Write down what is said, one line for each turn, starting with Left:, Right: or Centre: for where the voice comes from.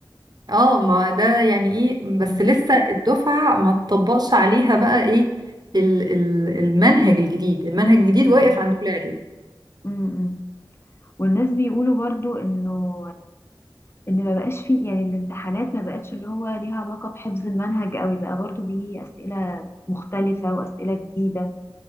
Right: اه ما ده يعني ايه بس
Left: امم
Right: لسه الدفعة ما تطبقش عليها بقى ايه ال ال المنهج الجديد المنهج الجديد
Left: امم
Right: واقف
Left: امم
Right: عند كل اعدادي
Left: امم، امم. والناس بيقولوا برضو انه ان ما بقاش فيه يعني الامتحانات ما بقتش اللي هو ليها علاقة بحفظ المنهج قوي بقى برضو بيه اسئلة مختلفة واسئلة جديدة